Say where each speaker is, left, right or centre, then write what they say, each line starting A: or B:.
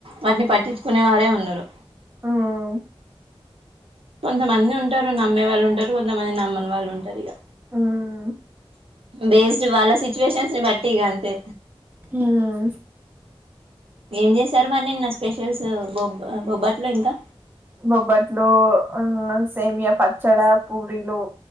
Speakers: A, on the right (about 65°); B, on the right (about 20°).
A: వాటిని పట్టించుకునే వారే ఉండరు
B: హ్మ్
A: కొంతమంది ఉంటారు నమ్మే వాళ్ళు ఉంటారు కొంతమంది నమ్మని వాళ్ళు ఉంటారు ఇగా
B: హ్మ్
A: బేస్డ్ వాళ్ళ సిచ్యువేషన్స్ ని బట్టి ఇగా అంతే
B: ఉమ్
A: ఏం చేసారు మరి నిన్న స్పెషల్స్ బొబ్బ బొబ్బట్లు ఇంకా
B: బొబ్బట్లు, ఆ సేమియ, పచ్చడ పూరీలు